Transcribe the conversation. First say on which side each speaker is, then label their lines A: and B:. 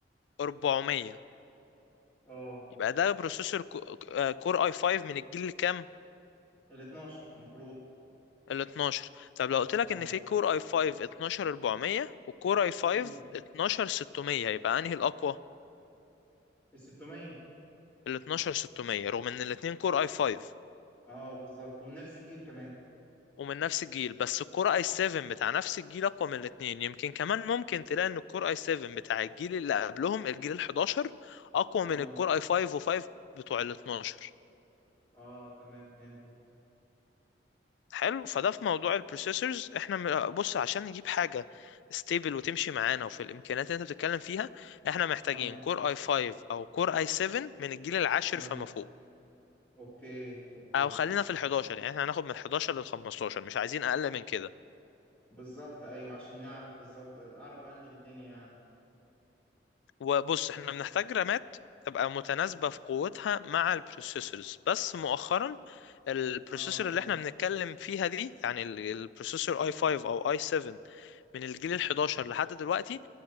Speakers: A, on the left; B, on the left.
A: 400
B: اه
A: يبقى ده بروسيسور كو- آه، كور أي 5 من الجيل الكام؟
B: ال 12 المفروض
A: ال 12 طب لو قلت لك
B: اه
A: ان في كور اي 5 12400 وكور اي 5
B: امم
A: 12600 يبقى انهي الاقوى
B: ال 600
A: ال 12 600 رغم ان الاتنين كور اي 5
B: اه بالظبط ومن نفس الجيل كمان
A: ومن نفس الجيل بس الكور اي 7 بتاع نفس الجيل اقوى من الاتنين يمكن كمان ممكن تلاقي ان الكور اي 7 بتاع الجيل اللي قبلهم الجيل ال 11 اقوى من
B: اه
A: الكور اي 5 و5 بتوع ال 12
B: اه تمام فهمتك
A: حلو فده في موضوع البروسيسورز احنا م- بص عشان نجيب حاجه ستيبل وتمشي معانا وفي الامكانيات اللي انت بتتكلم فيها احنا محتاجين
B: اه
A: كور اي 5 او كور اي 7 من الجيل العاشر
B: تمام
A: فما فوق
B: اوكي اوكي
A: او خلينا في ال 11 يعني احنا هناخد من 11 لل 15 مش عايزين اقل من كده
B: بالظبط ايوه عشان نعرف بالظبط اعرف عندي للدنيا يعني
A: وبص احنا بنحتاج رامات تبقى متناسبة في قوتها مع البروسيسورز بس مؤخرا البروسيسور
B: اه تمام
A: اللي احنا بنتكلم فيها دي يعني ال- البروسيسور اي 5 او اي 7 من الجيل ال 11 لحد دلوقتي